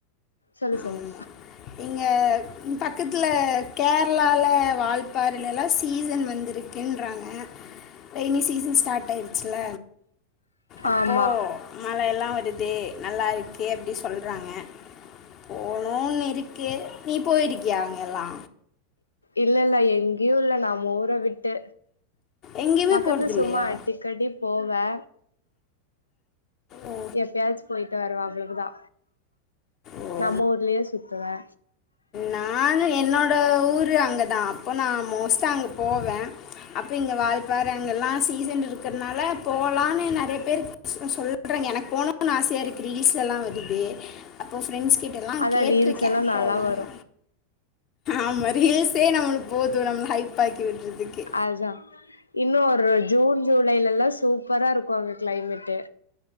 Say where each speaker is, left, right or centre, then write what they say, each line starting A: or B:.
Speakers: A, on the left; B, on the left.
A: சொல்லு சொல்லு
B: ஆமா இங்க பக்கத்ல கேரளால வால்பாறல்லல்லா சீசன் வந்திருக் குன்றாங்க ரெய்னி சீசன் ஸ்டார்ட் ஆயிடுச்சுல அப்போ
A: ஆமா
B: மழயெல்லா வருதே நல்லாருக்கே அப்டி சொல்றாங்க போணூன்னு இருக்கு நீ போய்ருக்கியா அங்கல்லா
A: இல்லல்ல எங்கியு இல்ல நம்ம ஊற விட்டு
B: எங்கேயுமே
A: பக்கத்துல
B: போறது இல்லையா
A: சும்மா அடிக்கடி போவே
B: ஓ
A: எப்பயாச்சு போயிட் ட்டு வருவே அவ்வளவுதா
B: ஓ
A: நம்ம ஊர்லயே சுத்துவே
B: நானு என்னோட ஊர் அங்க தா அப்ப நா மோஸ்ட்லி அங்க போவே அப்ப இங்க வால்ப்பார அங்க எல்லா சீசன் இருக்கறனால போலான்னு நறைய பேரு சும்மா சொல்றேங்க எனக்கு போனுனு ஆசையா இருக்கு ரீல்ஸ் எல்லா வருது அப்போ ஃப்ரெண்ட்ஸ்கிட்டலா
A: அதா
B: கேட்ருகே
A: ரீல்ஸ் எல்லா
B: போலான்னு
A: நல்லா வரு
B: ஆமா ரீல்ஸே நம்மளுக் போது நம்ம ஹைப் ஆக்கி விட்றதுகே
A: அதுதா இன்னு ஒரு ஜூன் ஜூலைலல்லா சூப்பரா இருக்கு அங்க கிளைமேட்டு